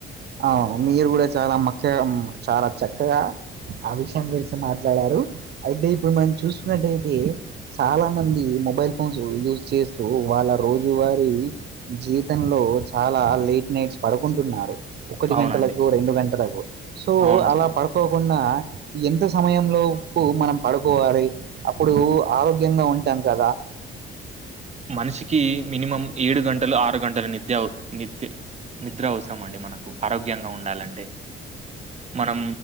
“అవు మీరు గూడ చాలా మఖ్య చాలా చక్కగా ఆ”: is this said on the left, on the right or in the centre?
Right